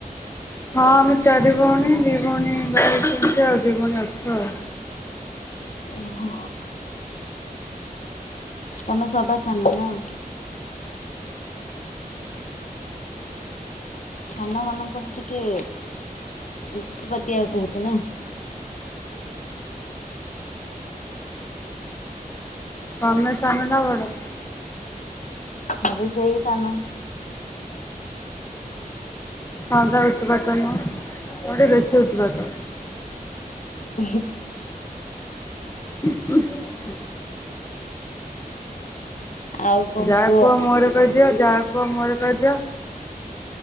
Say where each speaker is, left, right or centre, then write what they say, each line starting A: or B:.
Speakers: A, on the left (about 20°); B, on the left (about 55°).
A: ହଁ ଆମେ ଚାରି ଭଉଣୀ। ଦି ଭଉଣୀ ବାହା ହେଇଛନ୍ତି, ଆଉଦି ଭଉଣୀ ଅଛୁ ଆଉ।
B: ଓହୋ ତମେ ସବା ସାନ ନା? ସାନମାନାନଙ୍କର ଟିକେ ଉତ୍ପତ୍ତିଆ ବହୁତ ନା?
A: ତମେ ସାନ ନା ବଡ?
B: ମୁ ବି ସେଇ ସାନ।
A: ତମେତ ଭତ୍ପାତ ନୁହଁ ବଡ଼ଟି ବେଶୀ ଉତ୍‌ପାତ
B: <unintelligible>
A: <unintelligible>
B: ଆଉ କଣ
A: ଯାହା
B: କୁହ?
A: କୁଅ ମୁହଁରେ କହିଦିଅ, ଯାହା କୁଅ ମୁହଁରେ କହିଦିଅ।